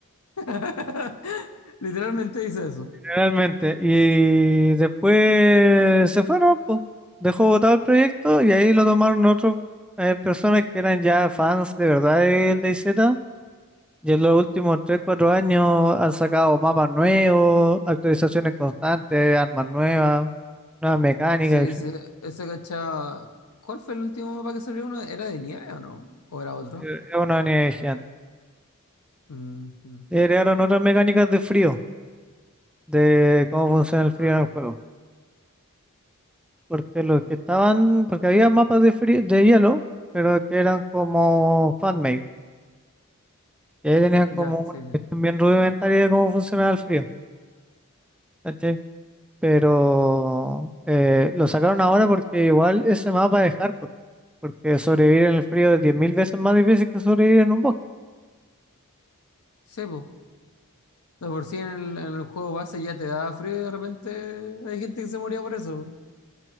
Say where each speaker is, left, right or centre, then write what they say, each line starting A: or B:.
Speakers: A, on the left; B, in the centre.
A: <laughs> Literalmente dice eso.
B: realmente. Y después se fueron, pues. Dejó botado el proyecto y ahí lo tomaron otros eh, personas que eran ya fans de verdad del DayZ Y en los últimos tres cuatro años han sacado mapas nuevos, actualizaciones constantes, armas nuevas, nuevas mecánicas.
A: Sí,
B: etc.
A: sí, eso cachaba. ¿Cuál fue el último mapa que salió uno? ¿Era de nieve o no? ¿O era otro?
B: Es una unidad gigante.
A: Mm, mm.
B: Y agregaron otras mecánicas de frío, de cómo funciona el frío en
A: Ah,
B: el juego. Porque los que estaban, porque había mapas de frío, de hielo, pero que eran como fan-made. Y ahí tenían
A: Ya,
B: como una
A: sí, sí.
B: cuestión bien rudimentaria de cómo funcionaba el frío. ¿cachai? pero eh, lo sacaron ahora porque igual ese mapa es hardcore, porque sobrevivir en el frío
A: Ujú.
B: es 10.000 veces más difícil que sobrevivir en un bosque.
A: Sí, po. De por sí en el, en el juego base ya te da frío y de repente hay gente que se moría por eso.